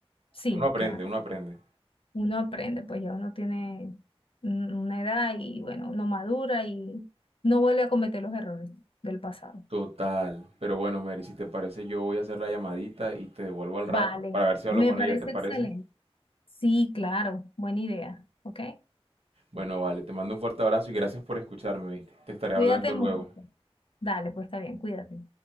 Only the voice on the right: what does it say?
Uno aprende,
uno aprende.
Total. Pero bueno, Mary, si te parece, yo voy a hacer la llamadita y te devuelvo al
rato para ver si hablo
con
ella, ¿te parece?
Bueno, vale, te mando un fuerte abrazo y gracias por escucharme, ¿viste? Te estaré
hablando
luego.